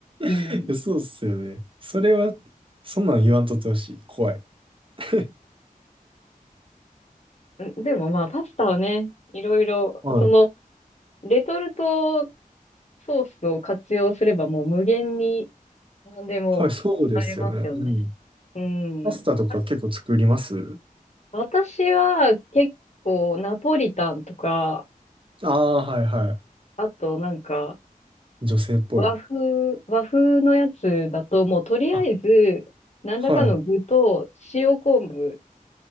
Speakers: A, on the left (about 50°); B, on the right (about 35°).
A: うん。
B: いや、そうっすよね。それは、そんなん言わんとってほしい。怖い。<laughs>
A: んでもまあ、パスタはね、いろいろ、
B: はい。
A: その、レトルトソースを活用すればもう無限に何でもありますよね。
B: はい、そうですよね。うん。
A: うん。
B: パスタとか結構作ります
A: あ私は結構ナポリタンとか、
B: ああー、はいは
A: あとなんか
B: い。女性っぽい。
A: 和風、和風のやつだともうとりあえず何らかの具と塩昆布
B: あ、はい。